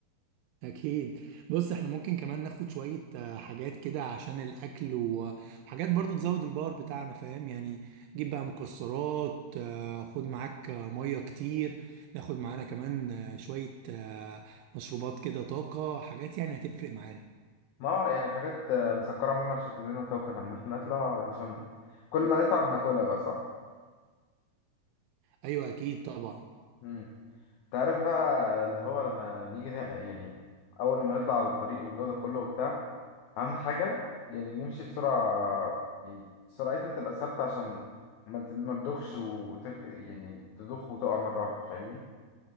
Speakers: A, on the right; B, on the left.
A: أكيد بص إحنا ممكن كمان ناخد شوية آه، حاجات كده عشان الأكل و- وحاجات برضو تزود الباور بتاعنا فاهم يعني جيب بقى مكسرات آه، خد معاك آه، مية كتير ناخد معانا كمان آه، شوية آه، مشروبات كده طاقة حاجات يعني هتفرق معانا
B: ما هو يعني حاجات آه، مسكره عموما عشان تدينا طاقه لما احنا نطلع عشان كل ما نتعب ناكلها بقى صح
A: أيوة أكيد طبعا
B: امم تعرف بقى اللي هو لما نيجي ن- يعني اول لما نطلع على الطريق والجو ده كله وبتاع اهم حاجه يعني نمشي بسرعه يعني سرعتنا تبقى ثابته عشان ما ت- ما تدخش وتغ... يعني تدخ وتقع مره واحده فاهمني